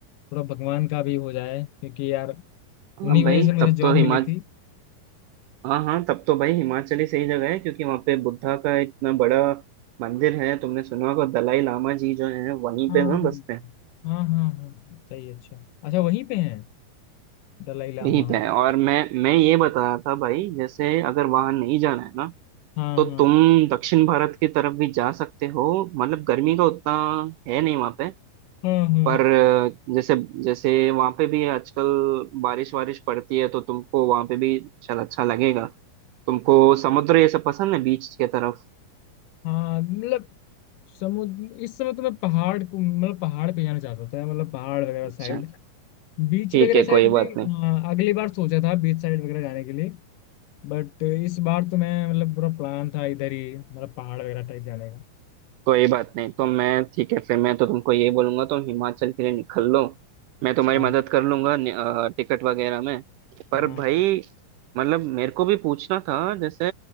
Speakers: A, on the left; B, on the right.
A: थोड़ा भगवान का भी हो जाए क्योंकि यार
B: हाँ
A: उन्हीं की
B: भाई
A: वजह से मुझे
B: तब
A: जॉब
B: तो हिमाचल
A: मिली थी
B: हाँ हाँ तब तो भाई हिमाचल ही सही जगह है क्योंकि वहाँ पे बुद्धा का इतना बड़ा मंदिर है तुमने सुना होगा दलाई लामा जी जो है वहीं
A: हाँ
B: पे ना बसते हैं
A: हाँ हाँ हाँ सही अच्छा अच्छा वहीं पे हैं दलाई लामा
B: वहीं पे है और मैं मैं ये बता रहा था भाई जैसे अगर वहां नहीं जाना है ना
A: हाँ
B: तो
A: हाँ
B: तुम दक्षिण भारत की तरफ भी जा सकते हो मतलब गर्मी का उतना है नहीं वहाँ पे
A: हाँ हाँ
B: पर अ, जैसे जैसे वहाँ पे भी आजकल बारिश वारिश पड़ती है तो तुमको वहाँ पे भी शायद अच्छा लगेगा तुमको समुद्र ये सब पसंद है बीच के तरफ
A: हाँ मतलब समुद्र इस समय तो मैं पहाड़ को मतलब पहाड़ पे जाना चाहता था मतलब पहाड़ वगैरह
B: अच्छा
A: साइड बीच
B: ठीक
A: वगैरह
B: है
A: साइड
B: कोई बात
A: भी
B: नहीं
A: हाँ अगली बार सोचा था बीच साइड वगैरह जाने के लिए बट इस बार तो मैं मतलब पूरा प्लान था इधर ही मतलब पहाड़ वगैरह टाइप जाने का
B: कोई बात नहीं तो मैं ठीक है फिर मैं तो तुमको ये बोलूंगा तुम हिमाचल के लिए निकल लो मैं
A: अच्छा
B: तुम्हारी मदद कर लूंगा नि- अ, टिकट वगैरह में पर
A: हाँ
B: भाई मतलब मेरे को भी पूछना था जैसे